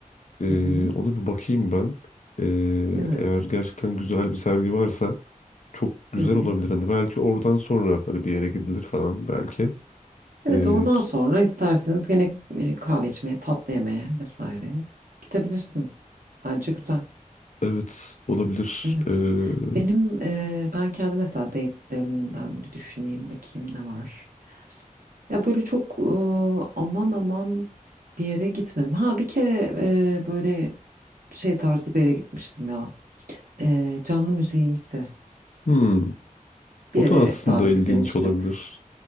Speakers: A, on the left; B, on the right.
A: Ee,
B: Hı hı.
A: ona bir bakayım ben. Ee,
B: Evet.
A: eğer gerçekten güzel bir sergi varsa çok güzel
B: Hı hı.
A: olabilir. Hani belki oradan sonra hani bir yere gidilir falan belki.
B: Evet
A: Ee,
B: oradan
A: bir-
B: sonra isterseniz gene e, kahve içmeye, tatlı yemeye vesaire gidebilirsiniz. Bence güzel.
A: evet olabilir.
B: Evet.
A: Ee,
B: Benim e, ben kendi mesela date'lerimden bir düşüneyim bakayım ne var. Ya böyle çok e, aman aman bir yere gitmedim. Ha bir kere e, böyle şey tarzı bir yere gitmiştim ya. E, canlı müziğimsi
A: hmm,
B: bir
A: o
B: yere
A: da aslında
B: davet
A: ilginç
B: edilmiştim.
A: olabilir.